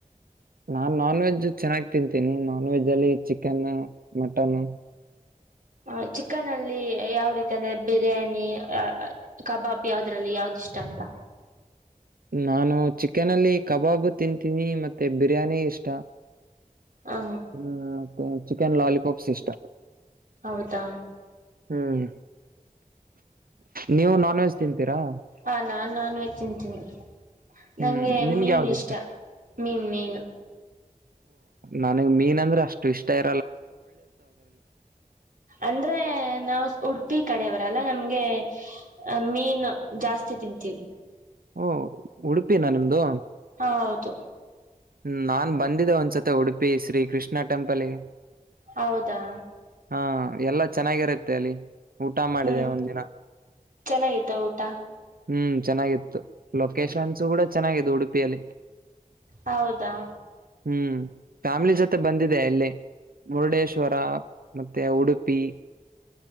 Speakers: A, on the right; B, on the right.
A: ನಾನ್ ನಾನ್ ವೆಜ್ ಚೆನ್ನಾಗಿ್ ತಿಂತೀನಿ ನಾನ್ ವೆಜ್ ಅಲ್ಲಿ ಚಿಕನ್ ಮಟನ್
B: ಹ ಚಿಕನ್ ಅಲ್ಲಿ ಯಾವ ರೀತಿ ಅಂದ್ರೆ ಬಿರಿಯಾನಿ ಕಬಾಬ್ ಯಾವದ್ರಲ್ಲಿ ಯಾವ್ದ ಇಷ್ಟ ಅಂತ
A: <inaudible> ನಾನು ಚಿಕನ್ ಅಲ್ಲಿ ಕಬಾಬು ತಿಂತೀನಿ ಮತ್ತೆ ಬಿರಿಯಾನಿ ಇಷ್ಟ
B: ಹ
A: ಹ್ಮ್ ಮತ್ತೆ ಚಿಕನ್ ಲಾಲಿಪಾಪ್ಸ್ ಇಷ್ಟ
B: ಹೌದಾ
A: ಹ್ಮ್ ನೀವು ನಾನ್ ವೆಜ್ ತಿಂತೀರಾ
B: ಹ ನಾನ್ ನಾನ್ ವೆಜ್ ತಿಂತೀನಿ
A: ಹ್ಮ್
B: ನಂಗೆ
A: ನಿಮ್ಗೆ
B: ಮೀನ್
A: ಯಾವ್ದು
B: ಇಷ್ಟ ಮೀನ್ ಮೀನು
A: ನನಗೆ ಮೀನ್ ಅಂದ್ರೆ ಅಷ್ಟು ಇಷ್ಟ ಇ
B: ಅಂದ್ರೆ ನಾವ್ ಉಡುಪಿ ಕಡೆ ಲ್ಲ ನಮ್ಗೆ ಮೀನು ಜಾಸ್ತಿ ತಿಂತೀವಿ
A: ಓ ಉಡುಪಿನ ನಿಮ್ದು
B: ಹಾ ಹೌದು
A: ಹ್ಮ ನಾನ್ ಬಂದಿದ್ದ ಒಂದ್ಸತಿ ಉಡುಪಿ ಶ್ರೀ ಕೃಷ್ಣ ಟೆಂಪಲ್ಗೆ
B: ಹೌದಾ
A: ಹಾ ಎಲ್ಲಾ ಚೆನ್ನಾಗಿರುತ್ತೆ ಅಲ್ಲಿ ಊಟ ಮಾಡಿದೆ
B: ಹ್ಮ್
A: ಒಂದಿನ
B: ಚೆನ್ನಾಗಿತ್ತ ಊಟ
A: ಹ್ಮ್ ಚೆನ್ನಾಗಿತ್ತು ಲೊಕೇಶನ್ಸು ಕೂಡ ಚೆನ್ನ ಉಡುಪಿಯಲ್ಲಿ
B: ಹೌದಾ
A: ಹ್ಮ್ ಫ್ಯಾಮಿಲಿ ಫ್ಯಾಮಿಲಿ ಜೊತೆ ಮತ್ತೆ ಬಂದಿದೆ ಅಲ್ಲಿ ಮುರುಡೇಶ್ವರ ಮತ್ತೆ ಉಡುಪಿ <inaudible>